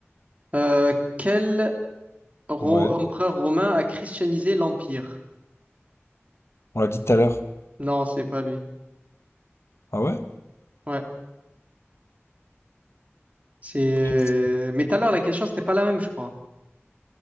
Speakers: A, on the right; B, on the left.
A: Euh, quel... Ro-
B: Ouais,
A: empereur romain a christianisé l'Empire.
B: on l'a dit tout à l'heure.
A: Non, c'est pas lui.
B: Ah ouais?
A: Ouais, c'est.
B: Christ.
A: Mais tout à l'heure, la question, c'était pas la même, je crois.